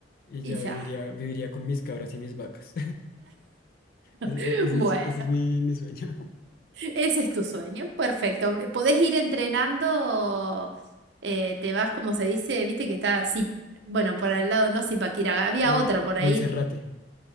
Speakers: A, on the left; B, on the right.
A: y
B: y
A: ya
B: ya.
A: viviría, viviría con mis cabras y mis vacas. Ese,
B: <laughs>
A: ese
B: Bueno,
A: es, ese es mi, mi sueño. <laughs>
B: ese es tu sueño, perfecto. Podés ir entrenando, eh, te vas, como se dice, viste que está así, bueno, por el lado no Zipaquirá, había
A: Eh,
B: otro por ahí.
A: Monserrate.